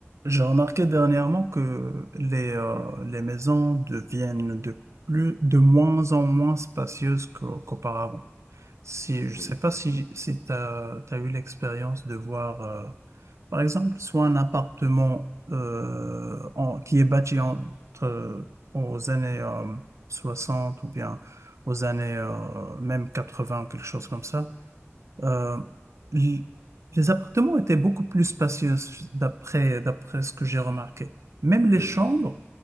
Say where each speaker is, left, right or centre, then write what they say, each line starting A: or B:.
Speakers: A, on the right; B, on the right.
A: J'ai remarqué dernièrement que les, euh, les maisons deviennent de plus, de moins en moins spacieuses qu'au- qu'auparavant. Si, je ne
B: Oui,
A: sais pas si, si tu as, eu l'expérience de voir, euh, par exemple, soit un appartement euh, en- qui est bâti entre, euh, aux années euh, 60 ou bien aux années euh, même vingts quelque chose comme ça. Euh, l- les appartements étaient beaucoup plus spacieux d'après d'après ce que j'ai remarqué. Même les
B: je
A: chambres,
B: suis,